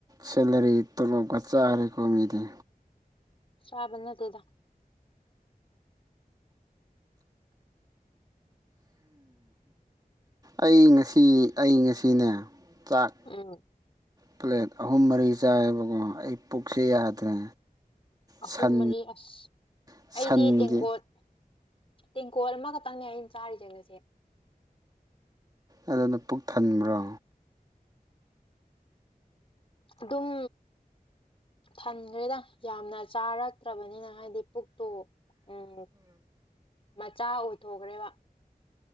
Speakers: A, on the right (about 25°); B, on the left (about 35°).
A: ꯁꯦꯂꯔꯤ ꯇꯣꯂꯣꯞꯒ ꯆꯥꯔꯦꯀꯣ ꯃꯤꯗꯤ
B: ꯆꯥꯕꯅ ꯇꯗ
A: ꯑꯩ ꯉꯁꯤ ꯑꯩ ꯉꯁꯤꯅꯦ ꯆꯥꯛ
B: ꯎꯝ
A: ꯄ꯭ꯂꯦꯠ ꯑꯍꯨꯝ ꯃꯔꯤ ꯆꯥꯏꯕꯣ ꯑꯩ ꯄꯨꯈꯁꯤ ꯌꯥꯗ꯭ꯔꯦ
B: ꯑꯍꯨꯝ
A: ꯁꯟ
B: ꯃꯔꯤ ꯑꯁ
A: ꯁꯟꯒꯤ
B: ꯑꯩꯗꯤ ꯇꯦꯡꯀꯣꯠ ꯇꯦꯡꯀꯣꯜ ꯑꯃꯈꯛꯇꯪꯅꯦ ꯑꯩꯅ ꯆꯥꯔꯤꯖꯒꯁꯦ
A: ꯑꯗꯨꯅ ꯄꯨꯛ ꯊꯟꯕ꯭ꯔꯣ
B: ꯑꯗꯨꯝ ꯊꯟꯈ꯭ꯔꯦꯗ ꯌꯥꯝꯅ ꯆꯥꯔꯛꯇ꯭ꯔꯕꯅꯤꯅ ꯍꯥꯏꯗꯤ ꯄꯨꯛꯇꯣ ꯎꯝ ꯆꯥ ꯑꯣꯏꯊꯣꯛꯈ꯭ꯔꯦꯕ